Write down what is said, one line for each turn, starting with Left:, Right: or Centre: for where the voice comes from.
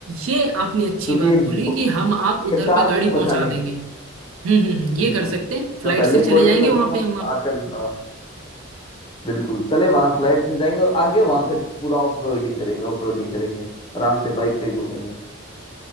Right: ये आपने अच्छी
Left: क्योंकि
Right: बात
Left: ये दो,
Right: बोली कि हम आप उधर
Left: ये चार
Right: पे गाड़ी
Left: दिन बचा
Right: पहुंचा
Left: लेंगे
Right: देंगे हम्म हम्म हम्म,
Left: बिल्कुल
Right: ये कर सकते हैं फ्लाइट
Left: मैं पहले
Right: से
Left: ही
Right: चले
Left: कोरियर
Right: जाएंगे
Left: कर
Right: वहां
Left: दूंगा
Right: पे हम आप
Left: आजकल हाँ बिल्कुल चले वहां फ्लाइट से जाएंगे और आगे वहां फिर पूरा ऑफ रोडिंग करेंगे ऑफ रोडिंग करेंगे आराम से बाइक पे ही घूमेंगे